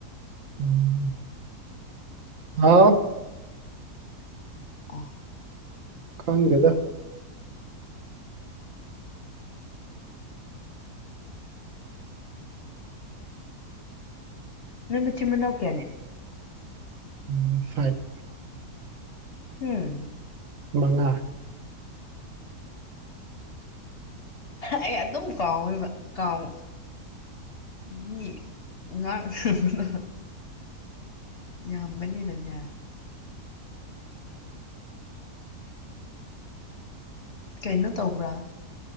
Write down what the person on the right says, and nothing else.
ꯎꯝ ꯍꯥꯎ
ꯀꯃꯒꯦꯗ
ꯎꯝ ꯐꯥꯏꯚ
ꯃꯉꯥ